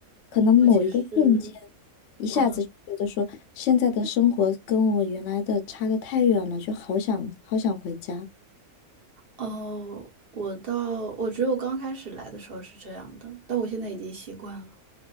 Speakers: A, on the left (about 65°); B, on the right (about 45°).
A: 可能某一个瞬间，
B: 我其实，
A: 一下子就觉得说现在的生活跟我原来的差的太远了，
B: 嗯，哦，
A: 就好想好想回家。
B: 哦我到我只有刚开始来的时候是这样的，但我现在已经习惯了。